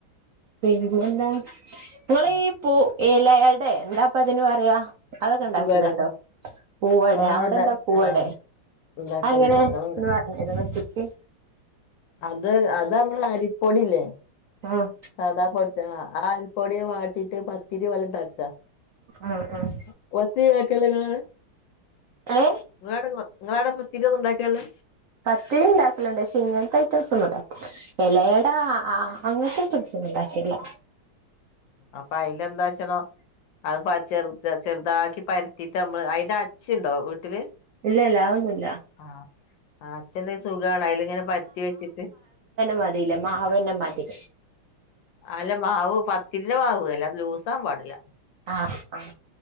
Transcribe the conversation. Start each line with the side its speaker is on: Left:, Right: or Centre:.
Right: പിന്നെന്താ ങ്ങള്
Left: ഉം
Right: ഈ പൂ ഏലായടെ എന്താപ്പതിന് പറയാ അതൊക്കെ ണ്ടാക്കല്ണ്ടോ
Left: പുകട
Right: പൂവട
Left: ആഹ്
Right: അവിടെ
Left: ഇണ്ട
Right: എന്താ പൂവട
Left: ആഹ് ഇണ്ടാക്കല്ണ്ട്
Right: അഹ്ങ്ങനെന്ന്
Left: ഞങ്ങളിവിടെ
Right: പറഞ്ഞരോ റെസിപി
Left: അത് അത് നമ്മള് അരിപ്പൊടില്ലേ
Right: ആഹ്
Left: സതാ പൊടിച്ച്ണ ആ അരിപ്പൊടിയെ വാട്ടിയിട്ട് പത്തിരി പോലെണ്ടാക്ക
Right: ആഹ് ആഹ്
Left: <unintelligible>
Right: ഏഹ്
Left: <unintelligible> നിങ്ങളാട പത്തിരി ഒന്ന് ണ്ടാക്കേല്ലാ
Right: പത്തിരി ണ്ടാക്കല്ണ്ട് പക്ഷെ ഇങ്ങൻത്തെ ഐറ്റംസ് ഒന്നും ഉണ്ടാക്ക എലയടാ ആ അങ്ങൻത്തെ <unintelligible> ഉണ്ടാക്കിട്ടില്ല
Left: അപ്പൊ അയില് എന്താച്ചണം അഹ് ചെർ ചെറുതാക്കി പരത്തിട്ട് അമ്മള് അയ്ന് അച്ച്ണ്ടോ വീട്ടില്
Right: ഇല്ല ഇല്ല ആന്നുല്ല.
Left: ആഹ് ആഹ് അച്ച്ണ്ടങ്കി സുഖാണ് അയ്ല് ഇങ്ങനെ പരത്തി വെച്ചിട്ട്
Right: മതില്ലേ മാവന്നെ മതി
Left: അല്ല മാവ് പത്തിരിന്റെ മാവ്ല്ല അത് ലൂസാവാൻ പാടില്ല.
Right: ആഹ് ആഹ്